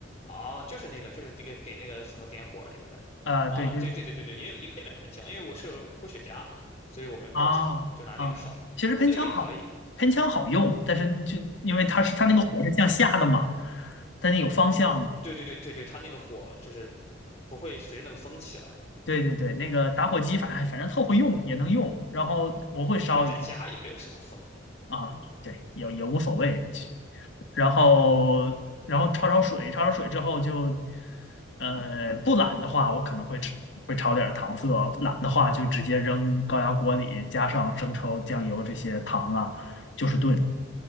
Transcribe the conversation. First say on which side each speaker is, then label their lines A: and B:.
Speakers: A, on the left (about 35°); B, on the left (about 70°).
A: 啊，就是那个，就是这个给那个什么点火那个呗。
B: 啊。
A: 哦，
B: 对，就是。
A: 对对对对对，也有也可以买喷枪，因为我是抽雪茄，所以我没有喷枪，
B: 啊啊，
A: 就拿那个烧，
B: 其实喷枪好，
A: 那个也可以。
B: 喷枪好用，但是就因为它是它那个火是向下的嘛，但是有方向。
A: 对对对对对，它那个火就是不会随着那个风起来，
B: 对对对，那个打火机反正反正凑合用也能用，然后我会烧一下
A: 对，在家也没有什么风。
B: 啊，对，也也无所谓。其然后然后焯焯水，焯焯水之后就，呃，不懒的话，我可能会吃会炒点儿糖色，懒的话就直接扔高压锅里，加上生抽、酱油这些糖啊，就是炖。